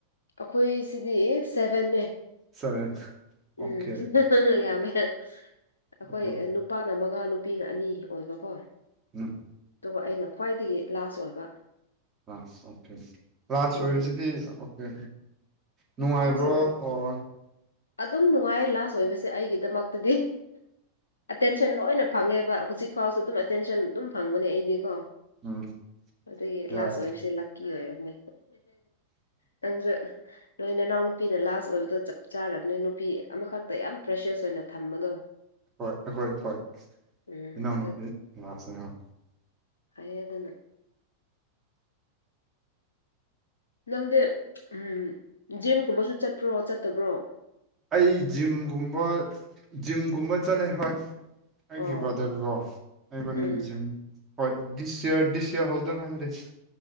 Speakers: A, on the left (about 70°); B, on the right (about 20°).
A: ꯑꯩꯈꯣꯏ ꯁꯤꯗꯤ ꯁ ꯉꯅꯦ
B: ꯁꯚꯦꯟ
A: ꯎꯝ
B: ꯑꯣꯀꯦ
A: ꯌꯥꯝꯃꯦ ꯑꯩꯈꯣꯏ
B: ꯑꯣꯀꯦ
A: ꯅꯨꯄꯥ ꯅ ꯃꯉꯥ ꯅꯨꯄꯤꯅ ꯑꯅꯤ ꯑꯣꯏꯕꯀꯣ
B: ꯎꯝ
A: ꯑꯗꯨꯒ ꯑꯩꯅ ꯈ꯭ꯋꯥꯏꯗꯒꯤ ꯂꯥꯁ ꯑꯣꯏꯕ
B: ꯑꯥ ꯑꯣꯀꯦ ꯂꯥꯁ
A: ꯑꯗꯨꯒꯤ
B: ꯑꯣꯏꯔꯤꯁꯤꯗꯤ ꯑꯣꯀꯦ ꯅꯨꯡꯉꯥꯏꯕ꯭ꯔꯣ
A: ꯂꯥꯁ ꯑꯣꯏꯌꯦ
B: ꯑꯣ
A: ꯑꯗꯨꯝ ꯅꯨꯡꯉꯥꯏ ꯂꯥꯁ ꯑꯣꯏꯕꯁꯦ ꯑꯩꯒꯤꯗꯃꯛꯇꯗꯤ ꯑꯦꯇꯦꯟꯁꯟ ꯂꯣꯏꯅ ꯐꯪꯉꯦꯕ ꯍꯧꯖꯤꯛ ꯐꯥꯎꯁꯨ ꯑꯗꯨꯝ ꯑꯦꯇꯦꯟꯁꯟ ꯑꯗꯨꯝ ꯐꯪꯕꯅꯦ ꯑꯩꯗꯤꯀꯣ
B: ꯎꯝ
A: ꯑꯗꯒꯤ
B: ꯌꯥꯏ
A: ꯂꯥꯁ ꯑꯣꯏꯕꯁꯦ ꯂꯛꯀꯤ ꯑꯣꯏꯔꯝꯃꯦ ꯅꯪꯁꯨ ꯅꯣꯏ ꯏꯅꯥꯎꯅ ꯅꯨꯄꯤꯗ ꯂꯥꯁ ꯑꯣꯏꯕꯗꯣ ꯆꯞ ꯆꯥꯔꯕꯅꯦ ꯅꯨꯄꯤ ꯑꯃꯈꯛꯇ ꯌꯥꯝ ꯐ꯭ꯔꯦꯁꯦꯁ ꯑꯣꯏꯅ ꯊꯝꯕꯗꯣ
B: ꯍꯣꯏ ꯑꯩꯈꯣꯏ ꯍꯣꯏ
A: ꯎꯝ
B: ꯏꯅꯥꯎꯅꯨꯄꯤ ꯂꯥꯛꯑꯁꯦ ꯍꯣꯏ
A: ꯋꯗꯅ ꯅꯪꯗꯤ ꯎꯝ ꯖꯤꯝꯒꯨꯝꯕꯁꯨ ꯆꯠꯄ꯭ꯔꯣ ꯆꯠꯇꯕ꯭ꯔꯣ
B: ꯑꯩ ꯖꯤꯝꯒꯨꯝꯕ ꯖꯤꯝꯒꯨꯝꯕ ꯆꯠꯂꯦ ꯍꯣꯏ ꯑꯩꯒꯤ
A: ꯑꯣ ꯑꯣ
B: ꯗꯀꯣ ꯑꯩꯕꯅꯤ
A: ꯎꯝ
B: ꯖꯤꯝ ꯍꯣꯏ ꯗꯤꯁ ꯌꯔ ꯗꯤꯁ ꯌꯔ ꯍꯧꯗꯪ ꯍꯥꯏꯔꯁꯤ